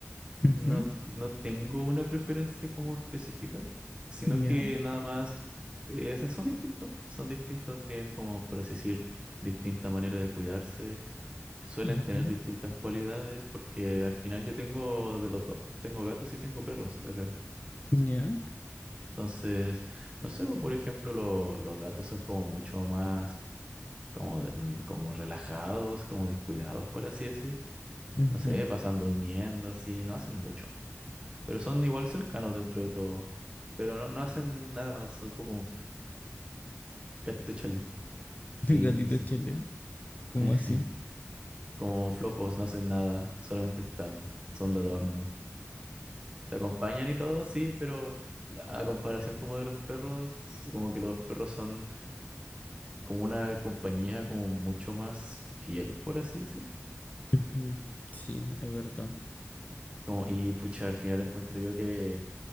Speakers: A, on the left (about 30°); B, on the right (about 20°).
A: Ujú,
B: no, no tengo una preferencia como específica, sino
A: Ya,
B: que nada más, eh, o sea, son distintos, son distintos, tienen como, por así decir, distinta manera de cuidarse, suelen
A: ujú,
B: tener distintas cualidades, porque al final yo tengo de los dos, tengo gatos y tengo perros acá.
A: ya,
B: Entonces, no sé, pues, por ejemplo, lo- los gatos son como mucho más como, de- mm, como relajados, como descuidados, por así decir.
A: ujú.
B: No sé, pasan durmiendo, así, no hacen mucho. Pero son igual cercanos dentro de todo. Pero no, no hacen nada más, son como gatitos chalet,
A: <laughs> El
B: le dicen
A: gatito
B: así.
A: Chelet, ¿cómo
B: <laughs> Ejé.
A: así?
B: Como flojos, no hacen nada, solamente están, son de adorno. Te acompañan y todo, sí, pero la- a comparación como de los perros, como que los perros son como una compañía como mucho más fiel, por así decir.
A: Ujú, Sí, es verdad.
B: Como, y pucha, al final encuentro yo que,